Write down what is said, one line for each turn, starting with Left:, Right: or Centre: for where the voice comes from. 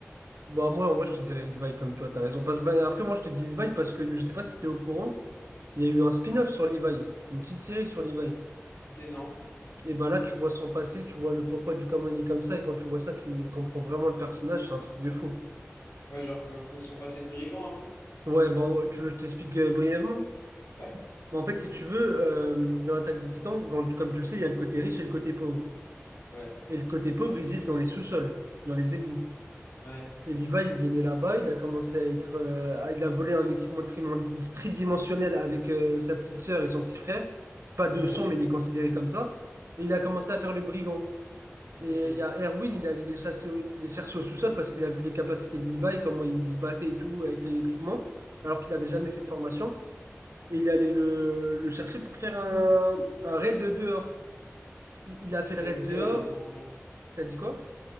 Right: Bah, moi, en vrai, je te dirais Levi comme toi, t'as raison. Parce, bah, après, moi, je te dis Levi parce que je sais pas si t'es au courant, il y a eu un spin-off sur Levi, une petite série sur Levi.
Left: Ok, non.
Right: Et bah là, tu vois son passé, tu vois le pourquoi du comment il est comme ça, et quand tu vois ça, tu comprends vraiment le personnage, c'est un truc de fou.
Left: Ouais, genre que, que son passé de brigand un peu?
Right: Ouais, bon, tu veux, que je t'explique euh, brièvement.
Left: Ouais,
Right: Bah, en fait, si tu veux, euh, dans l'Attaque des Titans, quand- comme tu le sais, il y a le côté riche et le côté pauvre.
Left: ouais,
Right: Et le côté pauvre, ils vivent dans les sous-sols, dans les égouts.
Left: Ouais,
Right: Et Levi, il est né là-bas, il a commencé à être. euh, à- il a volé un équipement trimon- tridimensionnel avec euh, sa petite sœur et son petit frère. Pas de
Left: ouais.
Right: sang, mais il est considéré comme ça. Et il a commencé à faire le brigand. Et
Left: ok.
Right: il y a Erwin, il est allé les chasser au- les chercher au sous-sol parce qu'il a vu les capacités de Levi, comment il se battait et tout avec l'équipement, alors qu'il n'avait jamais fait de formation. Et il est allé le, le chercher pour faire un, un raid dehors. Il, il a fait
Left: Il
Right: le raid
Left: avait
Right: dehors.
Left: quel âge à ce moment-là?
Right: T'as dit quoi?